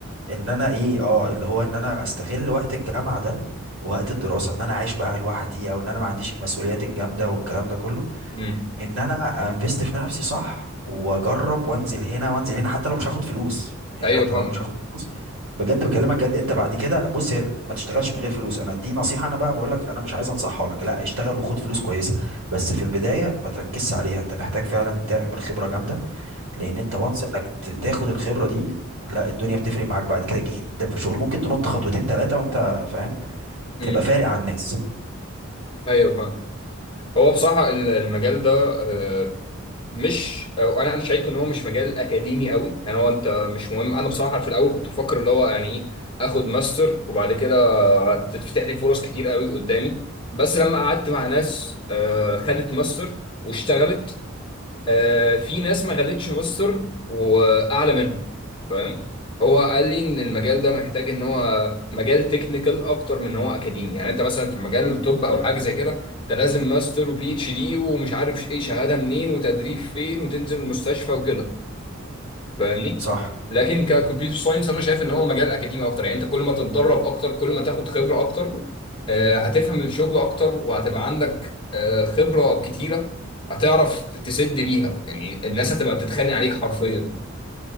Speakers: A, on the right; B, on the left.
A: ان انا ايه اه اللي هو ان انا استغل وقت الجامعة ده ووقت الدراسة ان انا عايش بقى لوحدي او ان انا ما عنديش المسؤوليات الجامدة والكلام ده كله
B: امم
A: ان انا انفست في نفسي صح واجرب وانزل هنا وانزل هنا حتى لو مش هاخد فلوس يعني
B: ايوه
A: حتى
B: فاهم
A: لو انا مش هاخد فلوس بجد بكلمك جد انت بعد كده بص هي ما تشتغلش من غير فلوس انا دي نصيحة انا بقى بقول لك انا مش عايز انصحها لك لا اشتغل وخد فلوس كويسة بس في البداية ما تركزش عليها انت محتاج فعلا تعمل خبرة جامدة لان انت وانس انك ت- تاخد الخبرة دي لا الدنيا بتفرق معاك بعد كده جدا في الشغل ممكن تنط خطوتين ثلاثة وانت فاهم
B: امم
A: تبقى فارق عن الناس
B: ايوه فاهم هو بصراحه ال- المجال ده آه، مش آه، انا انا شايف ان هو مش مجال اكاديمي قوي يعني هو انت مش مهم انا بصراحه في الاول كنت بفكر اللي هو يعني ايه اخد ماستر وبعد كده تتفتح لي فرص كتير قوي قدامي بس لما قعدت مع ناس آه، خدت ماستر واشتغلت آه في ناس ما خدتش روستر واعلى منه فاهم هو قال لي ان المجال ده محتاج
A: مم.
B: ان هو مجال تكنيكال اكتر من ان هو اكاديمي يعني انت مثلا في مجال الطب او حاجه زي كده انت لازم ماستر وبي اتش دي ومش عارف ايه شهاده منين وتدريب فين وتنزل المستشفى وكده فاهمني
A: صح
B: لكن ككمبيوتر ساينس انا شايف ان هو مجال اكاديمي اكتر يعني انت كل ما تتدرب اكتر كل ما تاخد خبره اكتر آه، هتفهم الشغل اكتر وهتبقى عندك آه، خبره كتيره هتعرف تسد بيها يعني الناس هتبقى بتتخانق عليك حرفيا